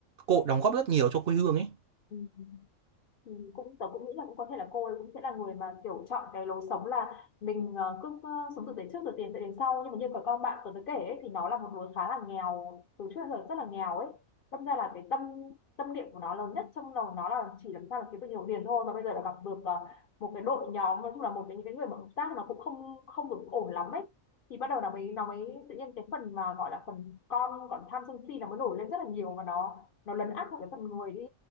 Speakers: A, on the right; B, on the left.
A: cô đóng góp rất nhiều cho quê hương ấy
B: ừ. Ừ, cũng tớ cũng nghĩ là cũng có thể là cô ấy cũng sẽ là người mà kiểu chọn cái lối sống là mình ờ, cứ ờ, sống tử tế trước rồi tiền sẽ đến sau nhưng mà như cái con bạn tớ tớ kể ấy, thì nó là một đứa khá là nghèo từ trước đến giờ rất là nghèo ấy đâm ra là cái tâm tâm niệm của nó lớn nhất trong đầu nó là chỉ làm sao là kiếm được nhiều tiền thôi mà bây giờ là gặp được ờ, một cái đội nhóm nói chung là một cái những cái người mà hợp tác nó cũng không không được ổn lắm ấy thì bắt đầu nó mới nó mới tự nhiên cái phần mà gọi là phần con còn tham sân si nó mới nổi lên rất là nhiều và nó nó lấn át vào cái phần người đi